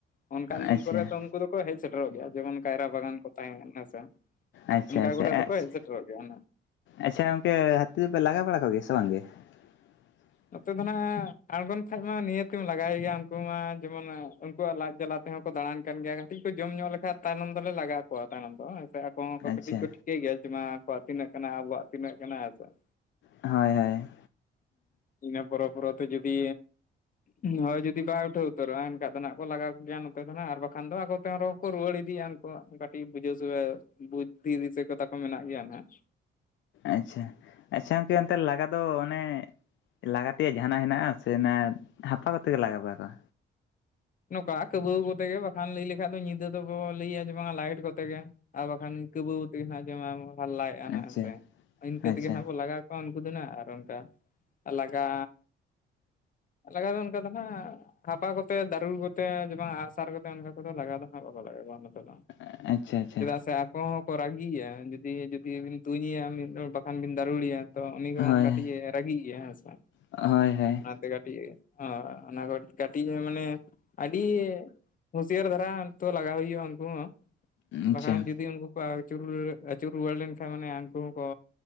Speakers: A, on the left; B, on the left.
A: ᱚᱱᱠᱟᱱ ᱫᱤᱱ
B: ᱟᱪᱪᱷᱟ
A: ᱠᱚᱨᱮ ᱫᱚ ᱩᱱᱠᱩ ᱫᱚ ᱠᱚ ᱦᱮᱡ ᱥᱮᱴᱮᱨᱚᱜ ᱜᱮᱭᱟ ᱡᱮᱢᱚᱱ ᱠᱟᱭᱨᱟ ᱵᱟᱜᱟᱱ ᱠᱚ ᱛᱟᱦᱮᱸᱱ ᱦᱮᱸᱥᱮ
B: ᱟᱪᱪᱷᱟ
A: ᱚᱱᱠᱟ
B: ᱟᱪᱪᱷᱟ
A: ᱠᱚᱨᱮ ᱫᱚᱠᱚ
B: ᱟᱪᱷᱟ
A: ᱦᱮᱡ ᱥᱮᱴᱮᱨᱚᱜ ᱜᱮᱭᱟ
B: ᱟᱪᱪᱷᱟ ᱜᱚᱢᱠᱮ ᱦᱟᱹᱛᱤ ᱫᱚᱯᱮ ᱞᱟᱜᱟ ᱵᱟᱲᱟ ᱠᱚᱜᱮᱭᱟ ᱥᱮ ᱵᱟᱝ ᱜᱮ <unintelligible>
A: ᱱᱚᱛᱮ ᱫᱚ ᱱᱟᱦᱟᱜ ᱟᱬᱜᱚᱱ ᱠᱷᱟᱡ ᱢᱟ ᱱᱤᱭᱟᱹᱛᱮᱢ ᱞᱟᱜᱟᱭᱮ ᱜᱮᱭᱟ ᱩᱱᱠᱩ ᱫᱚ ᱢᱟ ᱡᱮᱢᱚᱱ ᱩᱱᱠᱩᱣᱟᱜ ᱞᱟᱡ ᱡᱟᱞᱟ ᱛᱮ ᱱᱚᱛᱮ ᱦᱚᱸ ᱠᱚ ᱫᱟᱬᱟᱱ ᱠᱟᱱ ᱜᱮᱭᱟ ᱠᱟᱹᱴᱤᱡ ᱠᱚ ᱡᱚᱢ ᱧᱚᱜ ᱞᱮᱠᱷᱟᱡ ᱛᱟᱭᱱᱚᱢ ᱫᱚᱞᱮ ᱞᱟᱜᱟ ᱠᱚᱣᱟ ᱛᱟᱭᱱᱚᱢ ᱫᱚ ᱦᱮᱸ ᱥᱮ ᱟᱠᱚ ᱦᱚᱸ ᱠᱚ
B: ᱟᱪᱪᱷᱟ
A: ᱠᱟᱹᱴᱤᱡ ᱠᱚ ᱴᱷᱤᱠᱟᱹᱭ ᱜᱮᱭᱟ ᱡᱮ ᱢᱟ ᱟᱠᱚᱣᱟᱜ ᱛᱤᱱᱟᱹᱜ ᱠᱟᱱᱟ ᱟᱵᱚᱣᱟᱜ ᱛᱤᱱᱟᱹᱜ ᱠᱟᱱᱟ ᱟᱨ ᱠᱚᱣᱟᱜ
B: ᱦᱳᱭ ᱦᱳᱭ
A: ᱤᱱᱟᱹ ᱯᱚᱨᱮ ᱯᱚᱨᱮᱛᱮ ᱡᱩᱫᱤ ᱦᱳᱭ ᱡᱩᱫᱤ ᱵᱟᱭ ᱩᱴᱷᱟᱹᱣ ᱩᱛᱟᱹᱨᱚᱜ-ᱟ ᱮᱱᱠᱷᱟᱱ ᱫᱚ ᱦᱟᱸᱜ ᱠᱚ ᱞᱟᱜᱟ ᱠᱚ ᱜᱮᱭᱟ ᱱᱚᱛᱮ ᱫᱚ ᱱᱟᱦᱱᱟᱜ ᱟᱨ ᱵᱟᱠᱷᱟᱱ ᱫᱚ ᱟᱠᱚ ᱛᱮᱦᱚᱸᱠᱚ ᱨᱩᱣᱟᱹᱲ ᱤᱫᱤᱜ-ᱟ ᱟᱠᱚᱣᱟᱜ ᱠᱟᱹᱴᱤᱡ ᱵᱩᱡᱷᱟᱹᱣ ᱥᱮ ᱵᱩᱫᱫᱷᱤ-ᱫᱤᱥᱟᱹ ᱠᱚ ᱛᱟᱠᱟ ᱢᱮᱱᱟᱜ ᱜᱮᱭᱟ ᱱᱟᱜ
B: ᱟᱪᱪᱷᱟ ᱟᱪᱪᱷᱟ ᱜᱚᱢᱠᱮ ᱚᱱᱛᱮ ᱛᱟᱦᱚᱞᱮ ᱞᱟᱜᱟ ᱫᱚ ᱚᱱᱮ ᱞᱟᱜᱟ ᱛᱮᱭᱟᱜ ᱡᱟᱦᱟᱱᱟᱜ ᱦᱮᱱᱟᱜ-ᱟ ᱥᱮ ᱚᱱᱮ ᱦᱟᱯᱟ ᱠᱚᱛᱮ ᱠᱚ ᱞᱟᱜᱟ ᱵᱟᱲᱟ ᱠᱚᱣᱟ
A: ᱱᱚᱝᱠᱟ ᱠᱟᱹᱵᱟᱹᱣ ᱠᱚᱛᱮ ᱜᱮ ᱵᱟᱠᱷᱟᱱ ᱞᱟᱹᱭ ᱞᱮᱠᱷᱟᱡ ᱫᱚ ᱧᱤᱫᱟᱹ ᱫᱚᱵᱚ ᱞᱟᱹᱭᱟ ᱡᱮ ᱵᱟᱝᱟ ᱞᱟᱭᱤᱴ ᱠᱚᱛᱮ ᱜᱮ ᱟᱨ ᱵᱟᱠᱷᱟᱱ ᱠᱟᱹᱵᱟᱹᱣ ᱛᱮᱜᱮ ᱦᱟᱸᱜ ᱡᱮ <inaudible>
B: ᱟᱪᱪᱷᱟ
A: ᱦᱮᱸᱥᱮ ᱤᱱᱠᱟᱹ
B: ᱟᱪᱪᱷᱟ
A: ᱛᱮᱜᱮ ᱦᱟᱸᱜ ᱵᱚᱱ ᱞᱟᱜᱟ ᱛᱚ ᱩᱱᱠᱩ ᱫᱚ ᱱᱟᱜ ᱟᱨᱦᱚᱸ ᱚᱱᱠᱟ ᱞᱟᱜᱟ ᱞᱟᱜᱟ ᱫᱚ ᱚᱱᱠᱟ ᱫᱚ ᱱᱟᱜ ᱦᱟᱯᱟ ᱠᱚᱛᱮ <unintelligible> ᱠᱚᱛᱮ ᱡᱮᱢᱚᱱ ᱟᱜᱥᱟᱨ ᱠᱚᱛᱮ ᱚᱱᱠᱟ ᱠᱚᱫᱚ ᱞᱟᱜᱟ ᱫᱚ ᱦᱟᱸᱜ ᱵᱟᱠᱚ ᱞᱟᱜᱟ ᱠᱚᱣᱟ ᱱᱚᱛᱮ ᱫᱚ
B: ᱟᱪᱪᱷᱟ ᱟᱪᱪᱷᱟ
A: ᱪᱮᱫᱟᱜ ᱥᱮ ᱟᱨ ᱟᱠᱚ ᱦᱚᱸ ᱠᱚ ᱨᱟᱹᱜᱤᱜ-ᱟ ᱡᱩᱫᱤ ᱡᱩᱫᱤ ᱵᱤᱱ ᱛᱩᱧᱮᱭᱟ ᱢᱤᱫ ᱦᱚᱲ ᱵᱟᱠᱷᱟᱱ ᱵᱤᱱ ᱫᱟᱞ ᱨᱩᱣᱟᱹᱲᱮᱭᱟ ᱛᱚ ᱩᱱᱤ ᱦᱚᱸ
B: ᱦᱳᱭ
A: ᱠᱟᱹᱴᱤᱡ-ᱮ ᱨᱟᱹᱜᱤᱜ ᱜᱮᱭᱟ ᱦᱮᱸ ᱥᱮ
B: ᱦᱳᱭ ᱦᱳᱭ
A: ᱚᱱᱟᱛᱮ ᱛᱮ ᱠᱟᱹᱴᱤᱡ-ᱮ ᱚ ᱚᱱᱟ ᱠᱚ ᱠᱟᱹᱴᱤᱡ-ᱮ ᱢᱟᱱᱮ ᱟᱹᱰᱤ ᱦᱩᱥᱭᱟᱹᱨ ᱫᱷᱟᱨᱟ ᱛᱚ ᱞᱟᱜᱟᱣ ᱦᱩᱭᱩᱜ-ᱟ ᱩᱱᱠᱩ ᱦᱚᱸ
B: ᱟᱪᱪᱷᱟ
A: ᱵᱟᱠᱷᱟᱱ ᱡᱩᱫᱤ ᱩᱱᱠᱩ ᱠᱚ ᱟᱹᱪᱩᱨ ᱨᱩᱣᱟᱹᱲ ᱟᱹᱪᱩᱨ ᱨᱩᱣᱟᱹᱲ ᱞᱮᱱᱠᱷᱟᱱ ᱢᱟᱱᱮ ᱩᱱᱠᱩ ᱦᱚᱸᱠᱚ